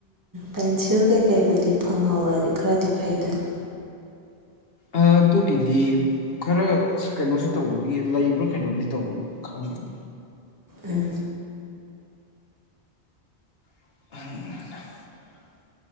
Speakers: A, on the right; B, on the left.
A: ꯄꯦꯟꯁꯤꯜ ꯀꯩꯀꯩꯕꯨꯗꯤ ꯐꯪꯍꯧꯔꯗꯤ ꯈꯔꯗꯤ ꯐꯩꯗꯅ
B: ꯑꯥ ꯗꯨꯒꯤꯗꯤ ꯈꯔ ꯀꯩꯅꯣꯁꯨ ꯇꯧꯕꯒꯤ ꯂꯩꯕ꯭ꯔꯥ ꯀꯩꯅꯣꯝꯗꯤ ꯇꯧꯕꯅꯤ ꯈꯪꯗꯦ
A: ꯎꯝ
B: <unintelligible>